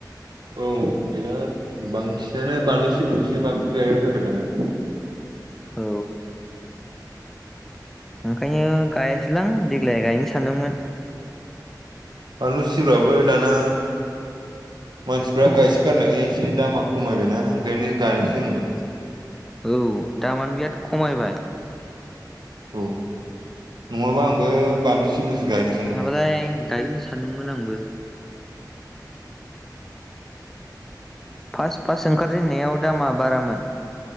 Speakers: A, on the right; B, in the centre.
A: औ बिराद बांसिनानो बानलु सिब्रुखौसो बांसिन गायग्रा जाबाय दाना।
B: औ। ओंखायनो गायासैलां देग्लाय गायनो सानदोंमोन।
A: बानलु सिब्रुआबो दाना मानसिफ्रा गायसो गारनायखाय एसे दामा खमायबायना ओंखायनो गायासै आंबो।
B: औ दामानो बिराद खमायबाय।
A: औ, नङाबा आंबो बानलु सिब्रुसो गायनो सानदोंमोन
B: नोहाबालाय गायगोन सानदोंमोन आंबो। फास फास ओंखारजेननायाव दामा बारामोन।